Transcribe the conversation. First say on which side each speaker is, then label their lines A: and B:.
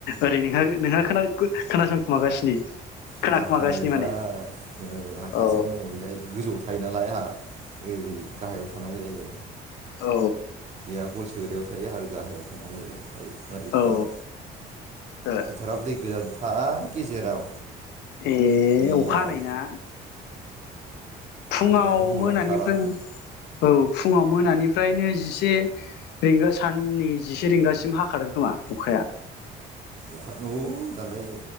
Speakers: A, on the left; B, on the right.
A: ओरै नोंहा नोंहा खोनाखु खोनासंखुमागासिनो खोनाखुमागासिनो
B: आंहा खोनाजोब्बाय
A: माने
B: आंहा खाथियावनो
A: औ
B: दङ बेहाय गोजौआव थायो नालाय आहा ओरै गाहायाव थानांगौ जायो।
A: औ
B: बे आगल सोग्रायाव थायो आरो गाहायाव थानांगौ जायो। खोनाजोब्बाय
A: औ औ
B: फोथाराबो दै गोजा हा गेजेराव
A: ए
B: दैयाव
A: अखा हानायना फुङाव
B: दैयानो बल
A: मोनानिफ्राय
B: ओंखारा
A: औ फुङाव मोनानिफ्रायनो जिसे रिंगा साननि जिसे रिंगासिम हाखादों खोमा अखाया
B: अखा औ दालाय